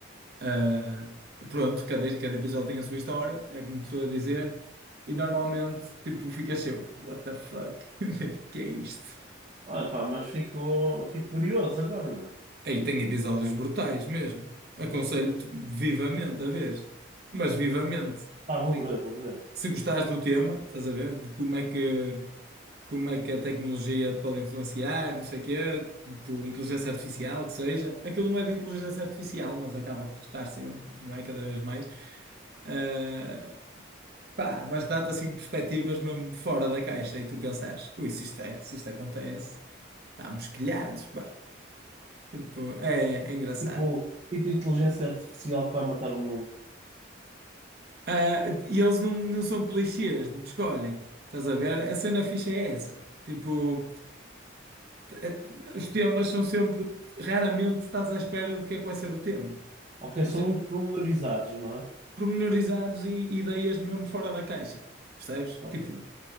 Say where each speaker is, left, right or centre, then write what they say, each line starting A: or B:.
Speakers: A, on the right (about 50°); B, on the right (about 35°).
A: ah, pronto, cada, cada episódio tem a sua história, é como te estou a dizer. E normalmente, tipo, ficas sempre, what the fuck? <laughs> O que é isto?
B: Olha, pá, mas fico, fico curioso agora, meu.
A: Aí tem episódios brutais mesmo. Aconselho-te vivamente a ver. Mas vivamente.
B: Pá, vou
A: Tem...
B: ver, vou ver.
A: Se gostares do tema, estás a ver? De como é que, como é que a tecnologia pode influenciar, não sei o quê, tipo inteligência artificial, que seja. Aquilo não é de inteligência artificial, mas acaba por tocar sempre, não é? Cada vez mais. Ah, pá, mas dá-te assim perspectivas mesmo fora da caixa e tu pensares, ui, se isto, é- se isto acontece, estamos quilhados, pá. Tipo, é, é engraçado.
B: Tipo, tipo inteligência artificial que vai matar o mundo.
A: Ah, e eles não, não são clichês no que escolhem. Estás a ver? A cena ficha é essa. Tipo, é- os temas são sempre. Raramente estás à espera de que é que vai ser o tema.
B: Ok,
A: Por
B: são
A: exemplo,
B: muito promenorizados, não é?
A: pormenorizados e ideias mesmo fora da caixa. Percebes?
B: Ok,
A: Tipo,